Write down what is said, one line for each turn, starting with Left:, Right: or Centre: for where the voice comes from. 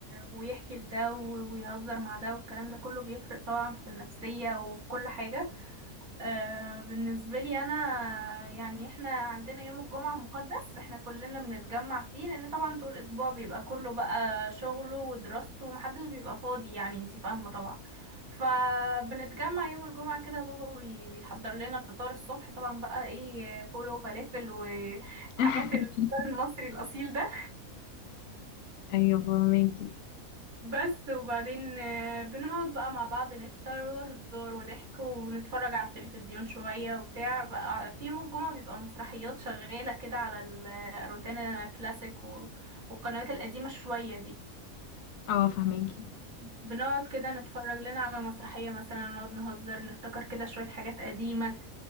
Right: ويحكي لده و... ويهزر مع ده والكلام ده كله بيفرق طبعا في النفسية وفي كل حاجة آه، بالنسبة لي أنا يعني إحنا عندنا يوم الجمعة مقدس إحنا كلنا بنتجمع فيه لأن طبعا طول الأسبوع بيبقى كله بقى شغله ودراسته ومحدش بيبقى فاضي يعني انتي فاهمة طبعا فبنتجمع يوم الجمعة كده بابا بي- بيحضر لنا الفطار الصبح طبعا بقى إيه فول وفلافل والحاجات
Left: <laughs>
Right: الفطار المصري الأصيل ده
Left: أيوة فهماكي
Right: بس وبعدين آه، بنقعد بقى مع بعض نفطر وهزار وضحك ونتفرج على التلفزيون شوية وبتاع بقى في يوم الجمعة بيبقى مسرحيات شغالة كده على ال- الروتانا كلاسيك و- والقنوات القديمة شوية دي
Left: أه فهماكي
Right: بنقعد كده نتفرج لنا على مسرحية مثلا نقعد نهزر نفتكر كده شوية حاجات قديمة